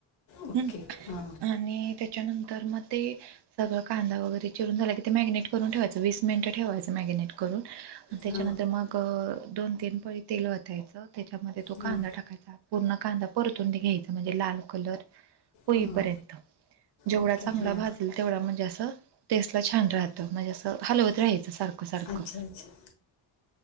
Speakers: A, on the left; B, on the right.
A: ओके
B: हम्म,
A: हा
B: आणि त्याच्यानंतर मग ते सगळं कांदा वगैरे चिरून झाला की ते मॅगिनेट करून ठेवायचं वीस मिनटं ठेवायचं मॅगिनेट करून त्याच्यानंतर
A: हां
B: मग दोन तीन पळी तेल वतायचं त्याच्यामध्ये तो
A: हां
B: कांदा टाकायचा पूर्ण कांदा परतून घ्यायचा म्हणजे लाल कलर होईपर्यंत
A: हां
B: जेवढा
A: ओके
B: चांगला
A: हां
B: भाजल तेवढा म्हणजे असं टेस्टला छान राहतं म्हणजे असं हलवत राहायचं सारखं सारखं
A: अच्छा अच्छा